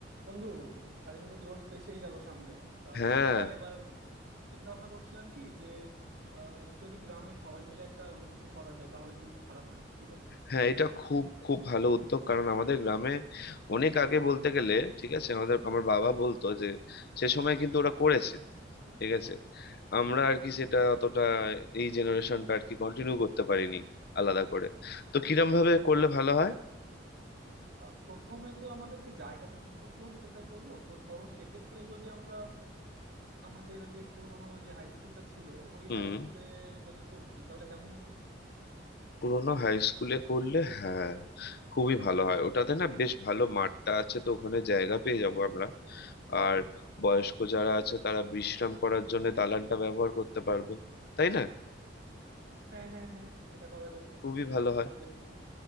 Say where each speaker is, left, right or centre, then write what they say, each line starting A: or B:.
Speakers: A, on the right (about 80°); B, on the left (about 55°).
A: বন্ধু স্বাধীনতা দিবস তো এসেই গেল সামনে আহ
B: হ্যাঁ
A: চলো এবার চিন্তা ভাবনা করছিলাম কি যে আহ, যদি গ্রামে সবাই মিলে একটা অনুষ্ঠান করা যায় তাহলে কিন্তু খারাপ হয় না কি বলো
B: হ্যাঁ এটা খুব খুব ভালো উদ্যোগ কারণ আমাদের গ্রামে অনেক আগে বলতে গেলে ঠিক আছে আমাদের আমার বাবা বলতো যে সে সময় কিন্তু ওরা করেছে ঠিক আছে আমরা আর কি সেটা অতটা এই জেনারেশনটা আর কি কন্টিনিউ করতে পারিনি আলাদা করে তো কিরম ভাবে করলে ভালো হয়
A: আহ, প্রথমে তো আমাদেরকে জায়গাটা ঠিক করতে হবে কোথায় করব তো ধরো সেক্ষেত্রে যদি আমরা আমাদের ওই যে পুরনো যে হাই স্কুলটা ছিল ওই
B: হুম
A: হাই স্কুলে যদি করি তাহলে কেমন হয় বলো তো
B: পুরোনো হাই স্কুলে করলে হ্যাঁ খুবই ভালো হয় ওটাতে না বেশ ভালো মাঠটা আছে তো ওখানে জায়গা পেয়ে যাবো আমরা আর বয়স্ক যারা আছে তারা বিশ্রাম করার জন্য দালানটা ব্যবহার করতে পারবে তাই না
A: হ্যাঁ হ্যাঁ হ্যাঁ সেটা করা যায়
B: খুবই ভালো হয়
A: তো